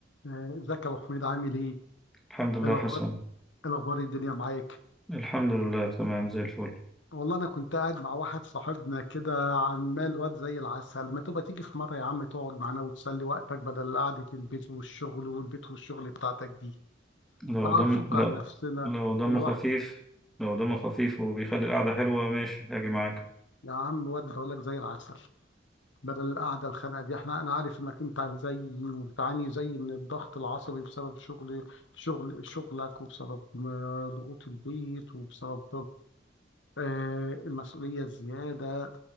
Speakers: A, on the left; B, in the centre.
A: آه، ازيك يا ابو حميد عامل ايه؟ إيه
B: الحمد لله
A: الاخبار
B: حسن
A: إيه الاخبار إيه الدنيا معاك
B: الحمد لله تمام زي الفل
A: والله انا كنت قاعد مع واحد صاحبنا كده عمال واد زي العسل ما تبقى تيجي في مره يا عم تقعد معانا وتسلي وقتك بدل قعده البيت والشغل والبيت والشغل بتاعتك دي
B: لو
A: اه
B: دم
A: نفك
B: لا
A: عن نفسنا
B: لو دمه
A: الواحد
B: خفيف لو دمه خفيف وبيخلي القعدة حلوة ماشي هاجي معاك
A: يا عم واد بقولك زي العسل بدل القعده الخانقه دي احنا انا عارف انك انت زيي وبتعاني زيي من الضغط العصبي بسبب شغل شغل شغلك وبسبب آه، ضغوط البيت وبسبب آه، المسؤولية زيادة